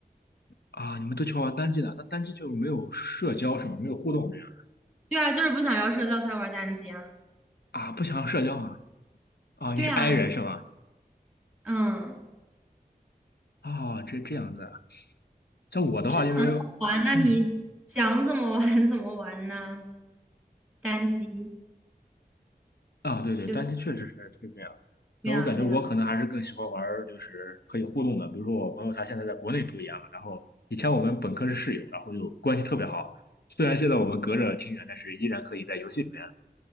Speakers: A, on the left; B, in the centre.
A: 啊，你们都喜欢玩单机的，那单机就没有社交是吗？没有互动这样
B: 对啊，就是不想要社交才玩单机啊。
A: 啊？不想要社交啊？啊，
B: 对啊，
A: 你是 i 人是吗？
B: 嗯，
A: 啊，这这样子啊像我的话，
B: 就很好玩那你想怎么玩
A: 因为嗯，
B: <laughs> 怎么玩呢？单机，
A: 啊，对对，
B: 对
A: 单机确实是这个样。
B: 对啊，
A: 但我感觉我可能还是更喜欢玩儿就是可以互动的，
B: 对啊，
A: 比如说我朋友他现在在国内读研了，然后以前我们本科是室友，然后就关系特别好。虽然现在我们隔着挺远，但是依然可以在游戏里面